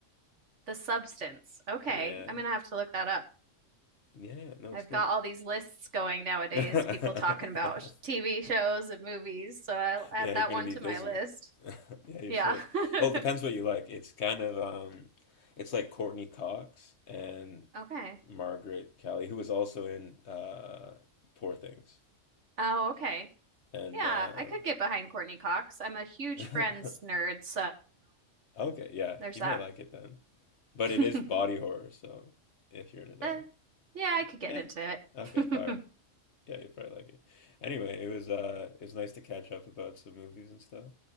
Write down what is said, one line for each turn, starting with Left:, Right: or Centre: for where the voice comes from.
Right: the substance. Okay,
Left: Yeah.
Right: I'm gonna have to look that up.
Left: Yeah, yeah. No,
Right: I've
Left: it's good.
Right: got all these lists going nowadays,
Left: <laughs> yeah,
Right: people talking about sh- TV shows and movies, so I'll add
Left: you're
Right: that
Left: gonna
Right: one
Left: be
Right: to
Left: busy.
Right: my list.
Left: <laughs> yeah, you
Right: Yeah.
Left: should. Well,
Right: <laughs>
Left: it depends what you like. It's kind of um it's like Courtney Cox and
Right: Okay.
Left: Margaret Kelly, who was also in uh Poor Things.
Right: Oh, okay.
Left: And
Right: Yeah,
Left: uh
Right: I could get behind Courtney Cox. I'm a huge
Left: <laughs>
Right: Friends nerd, so
Left: okay, yeah,
Right: there's
Left: you
Right: that.
Left: might like it then. But
Right: <laughs>
Left: it is body horror, so if you're into that.
Right: Eh, yeah, I could get
Left: Yeah.
Right: into it.
Left: Okay, fire.
Right: <laughs>
Left: Yeah, you probably like it. Anyway, it was uh, it was nice to catch up about some movies and stuff.